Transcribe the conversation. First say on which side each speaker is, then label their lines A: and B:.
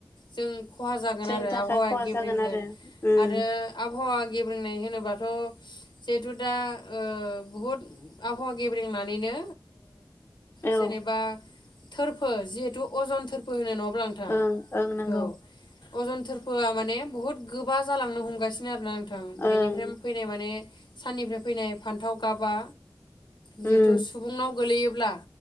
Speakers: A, on the left; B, on the left.
A: जों खहा जागोन
B: जोंनि
A: आरो
B: थाखाय
A: आबहावाया
B: खहा
A: गेब्रेंगोन
B: जागोन आरो उम
A: आरो आबहावा गेब्रेंनाय होनोबाथ' जिहेथु दा बहुद आबहावा गेब्रेंनानैनो
B: औ
A: जेनेबा। थोरफो जिहेतु अजन थोरफो होनो नोंथां
B: ओं ओं नंगौ।
A: औ अजन थोरफोआ माने बुहुत गोबा जालांनो हमगासिनो आरोना थां बेनिफ्राय
B: ओं
A: फैनाय माने। साननिफ्राय फैनाय फान्थाव गाबबा। जिहेथु
B: उम
A: सुबुंनाव गोलैयो। ब्ला।